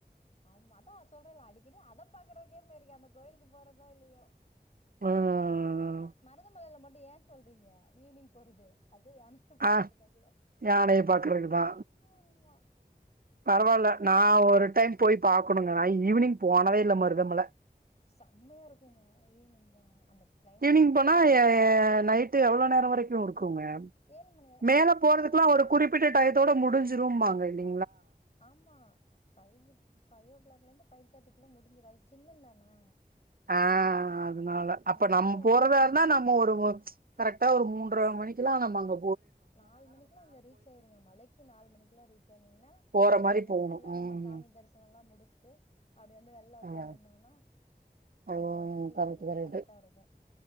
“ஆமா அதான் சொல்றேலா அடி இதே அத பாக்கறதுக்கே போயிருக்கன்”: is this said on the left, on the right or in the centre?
Left